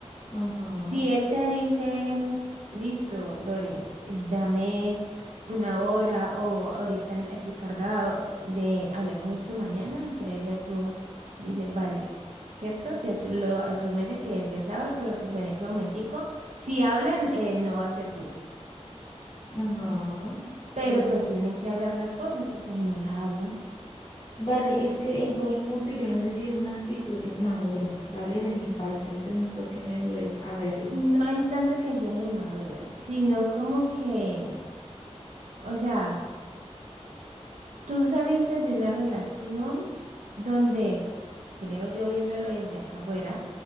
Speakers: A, on the left (about 40°); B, on the right (about 85°).
A: ajá,
B: Si él te dice, listo, Lore, dame una hora o ahorita n- estoy cargado de hablemos esto mañana, entonces ya tú dices, vale, ¿cierto? Ya tú lo asumes de que él ya sabe, pero pues en ese momentico, si hablan, eh, no va a ser bien.
A: ajá,
B: Pero
A: de acuerdo.
B: pues tienen que hablar las cosas, porque si no las hablan,
A: Vale, es que ahí voy el punto y yo no sé si es una actitud inmadura, ¿vale? De mi parte, entonces necesito que me ayudes a verlo.
B: no es tanto que seas inmadura, sino como que, o sea... Tú saliste de una relación donde, creo yo viéndolo desde acá afuera,